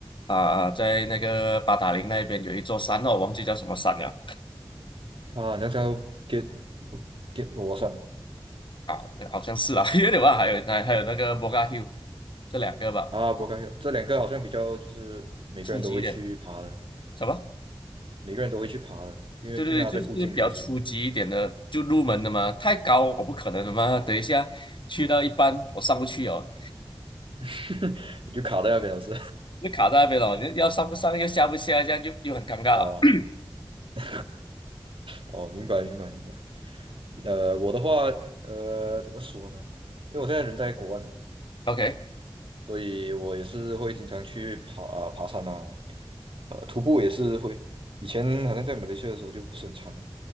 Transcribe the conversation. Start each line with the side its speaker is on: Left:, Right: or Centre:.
Left: 啊、在那个八达岭那边有一座山哦，我忘记叫什么山了
Right: 啊，那叫 get get 我算了
Left: 啊，好像是啦，<laughs> 有点忘了还有那还有那个 Boga Hill，这两个吧，
Right: 啊不 r o c 这两个好像比较就是每个人都会去爬的，
Left: 初级一点什么？
Right: 每个人都会去爬的，因为因为它在附近嘛，
Left: 对对对，就是比较初级一点的，
Right: 是不是？
Left: 就入门的嘛，太高我不可能的嘛。等一下去到一半我上不去哦，
Right: <laughs> 你就卡在那边老师。
Left: 就卡在那边了，要上不上又下不下，这样又又很尴尬。
Right: <laughs> 哦，
Left: <coughs>
Right: <laughs> 哦，明白明白明白。呃，我的话，呃，怎么说呢？因为我现在人在国外嘛，
Left: <clears throat> OK，
Right: 所以我也是会经常去爬啊、爬山啊，呃，徒步也是会。以前好像在马来西亚的时候就不是很常了，